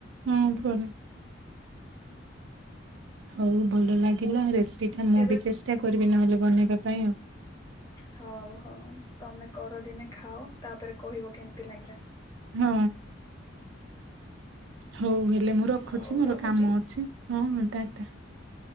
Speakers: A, on the right; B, on the left.
A: ହୁଁ ପରେ ହଉ ଭଲ ଲାଗିଲା ରେସିପି ଟା ମୁଁ
B: ଏବେ
A: ବି ଚେଷ୍ଟା କରିବି ନହେଲେ ବନେଇବା ପାଇଁ ଆଉ
B: ହଉ ହଉ ତମେ କରଦିନେ ଖାଅ ତାପରେ କହିବ କେମିତି ଲାଗିଲା?
A: ହଁ। ହଉ ହେଲେ ମୁଁ ରଖୁଛି
B: ହଉ
A: ମୋର
B: ରହୁଛି।
A: କାମ ଅଛି ହଁ ଟା ଟା।